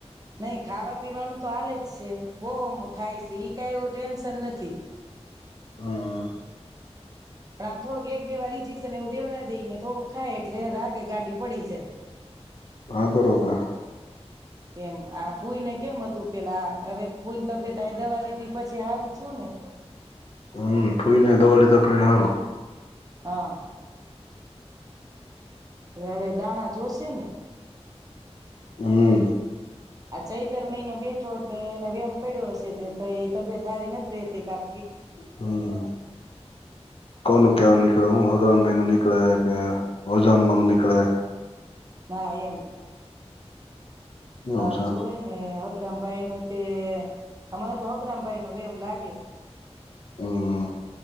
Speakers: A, on the right (about 30°); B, on the left (about 55°).
A: નઈ ખાવા-પીવાનું તો હાલે જ છે. બઉ ખાય છે ઈ કાઈ એવું ટેન્શન નથી.
B: હા
A: પણ આમ થોડુંક એક બે વાર ઇજીક્શન એવું દેવડા દઈને થોડુંક ખાય એટલે રાગે ગાડી પડી જાય.
B: હા બરોબર.
A: એમ આ ફૂઈને કેમ હતું પેલા હવે ફૂઈન તબિયત અવે દવા લીધી પછી હારુ છે ને.
B: હમ ફોઈને દવા લીધા પછી હારુ.
A: હન તો હવે દાણા જોશે ને.
B: હમ
A: આ ચૈતર મહિનો બેઠો એટલે એને વેમ પડ્યો હશે કે ભઈ તબિયત હારી નથ રેતી કા
B: હમ કોનું કેવાન ની કળે. હુ હગરામભાઈનું નીકળે કે હજામ્બાનું નીકળે.
A: ના એમ.
B: એવું
A: અ
B: છે
A: જોય ને હ ગ્રમ ભાઈનું તે અમને તો હગ્રમભાઈનો વહેમ લાગે છે.
B: હમ